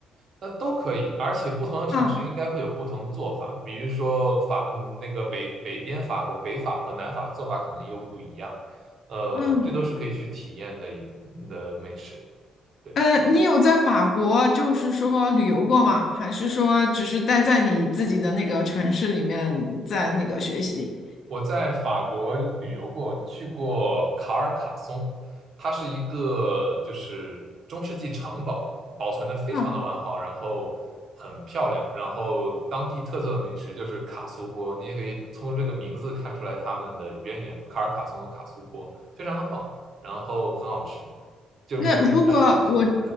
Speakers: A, on the right (about 55°); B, on the left (about 60°).
A: 那都可以，而且不同的城市应该会有不同的做法，
B: 啊，
A: 比如说法，嗯，那个北北边法国北法和南法做法可能又不一样，呃，
B: 嗯，
A: 这都是可以去体验的一嗯的美食。对。
B: 呃，你有在法国就是说旅游过吗？还是说只是待在你自己的那个城市里面在那个学习？
A: 我在法国旅游过，去过卡尔卡松，它是一个就是中世纪城堡，保存的非常的完好，
B: 啊
A: 然后很漂亮，然后当地特色的美食就是卡苏锅，你也可以从这个名字看出来他们的渊源，卡尔卡松和卡苏锅非常的棒，然后很好吃，就是有个米饭就更香了。
B: 那如果我